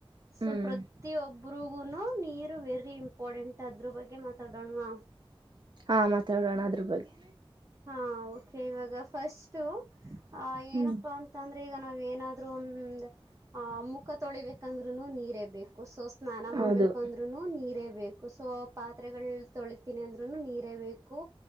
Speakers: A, on the right (about 35°); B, on the right (about 50°).
A: ಸೊ
B: ಹ್ಮ್
A: ಪ್ರತಿಯೊಬರಿಗುನು ನೀರು ವೆರಿ ಇಂ ಇಪೋಡೆಂಟ್ ಅದ್ರ ಬಗ್ಗೆ ಮಾತಾಡೋಣವಾ
B: ಹಾ ಮತ ಅದ್ರ ಬಗ್ಗೆ
A: ಹಾ ಓಕೆ ಇವಾಗ ಫಸ್ಟ್ ಆ
B: ಹ್ಮ್
A: ಏನಪ್ಪಾ ಅಂತಂದ್ರೆ ಈಗ ನಾವ ಏನಾದ್ರು ಒಂದ ಆ ಮುಖ ತೊಳಿಬೇಕಂದ್ರುನು ನೀರೇ ಬೇಕು ಸೊ ಸ್ನಾನ ಮಾಡ್ಬೇಕುಂದ್ರುನು
B: ಹೌದು
A: ನೀರೇ ಬೇಕು ಸೊ ಪಾತ್ರೆಗಳು ತೊಳತೀನಿ ಅಂದ್ರುನು ನೀರೇ ಬೇಕು